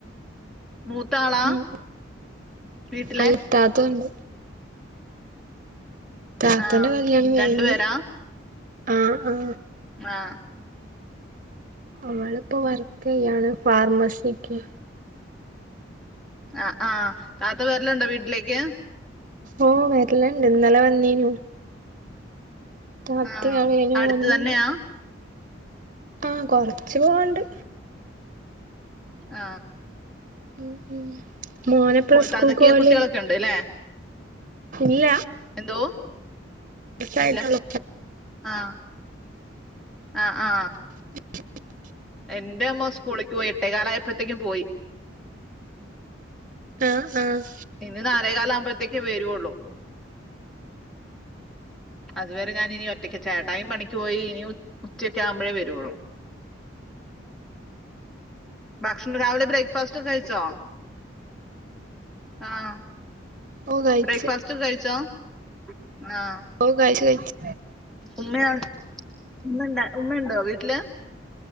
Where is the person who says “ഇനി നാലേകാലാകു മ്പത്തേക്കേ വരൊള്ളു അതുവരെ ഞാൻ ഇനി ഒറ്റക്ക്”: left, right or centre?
Centre